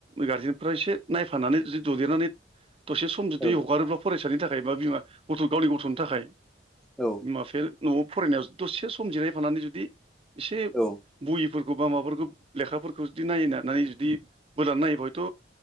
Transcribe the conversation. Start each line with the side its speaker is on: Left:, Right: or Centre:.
Right: गारजेनफ्रा एसे नायफानानै जि ददेनानै दसे सम जुदि
Centre: औ
Right: हगारोब्ला फरायसानि थाखाय बा बिमा गथ' गावनि गथ'नि थाखाय
Centre: औ
Right: बिमा बिफाया न'आव फरायनायाव दसे सम जिरायफानानै जुदि एसे
Centre: औ
Right: बय फोर बा माबाफोरखौ लेखाफोरखौ जुदि नायनानै जुदि बोलान नायोबा हयथ'